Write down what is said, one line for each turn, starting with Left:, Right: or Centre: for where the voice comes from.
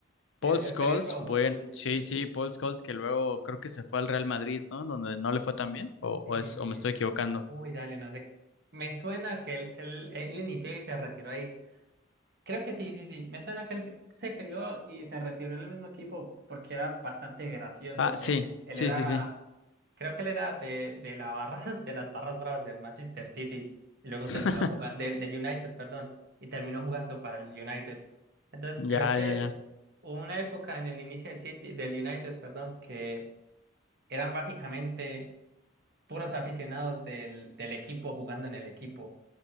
Right: el,
Left: Paul
Right: el
Left: Scholes,
Right: pelirrojo.
Left: bueno,
Right: Sí, sí,
Left: sí,
Right: sí.
Left: sí, Paul Scholes, que luego creo que se fue al Real Madrid, ¿no? Donde no le fue tan bien, o,
Right: Eh,
Left: o es, o me estoy equivocando.
Right: uy, dale, no sé. Me suena que él, él, él inició y se retiró ahí. Creo que sí, sí, sí. Me suena que él se crió y se retiró en el mismo equipo porque era bastante gracioso.
Left: Ah, sí,
Right: Él, él
Left: sí,
Right: era,
Left: sí, sí.
Right: creo que él era de, de la barra, <laughs> de las barras bravas del Manchester City y luego
Left: <laughs>
Right: terminó jugando, del, del United, perdón, y terminó jugando para el United. Entonces creo
Left: Ya,
Right: que
Left: ya, ya.
Right: hubo una época en el inicio del City, del United, perdón, que eran básicamente puros aficionados del, del equipo jugando en el equipo.